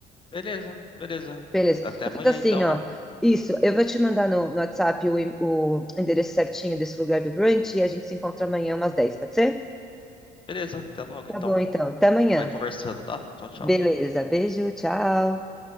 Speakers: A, on the left; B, in the centre.
A: beleza, beleza.
B: Beleza.
A: Até
B: tá
A: amanhã
B: feito assim,
A: então,
B: ó.
A: né?
B: Isso, eu vou te mandar no, no WhatsApp o, e- o endereço certinho desse lugar do brunch e a gente se encontra amanhã umas 10 pode ser?
A: Beleza, até logo
B: Tá
A: então.
B: bom,
A: A
B: então.
A: gente
B: Até amanhã.
A: vai conversando, tá? Tchau, tchau.
B: Beleza. Beijo, tchau.